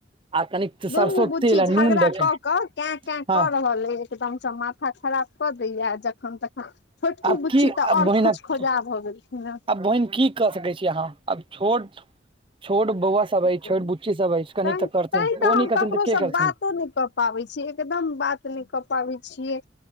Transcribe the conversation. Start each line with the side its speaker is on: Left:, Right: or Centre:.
Right: आ कनिक।
Left: दुनू
Right: सरसो
Left: बूची
Right: तेल आ
Left: झगड़ा
Right: नून दऽ
Left: कऽ
Right: के
Left: क कैं-कैं
Right: हँ
Left: कऽ रहल अइ। एकदम से माथा खराब कऽ दैयऽ जखन-तखन। छोटकी
Right: आब
Left: बुच्ची
Right: की
Left: तऽ आओर
Right: बहिन
Left: खोज-खोजा
Right: आब
Left: भऽ गेलखिन हेँ।
Right: बहिन की। कऽ सकै छी अहाँ, आब छोट-छोट बौआ स।
Left: की
Right: सब
Left: कहू
Right: अइछ, छोट बुच्ची सब अइछ, कनिक
Left: तैं
Right: तऽ करथिन,
Left: तैं तऽ
Right: ओ
Left: हम
Right: नइ करथिन
Left: ककरो
Right: तऽ
Left: सँ
Right: के करथिन।
Left: बातो नहि कऽ पाबै छीये, एकदम बात नइ कऽ पाबै छियै,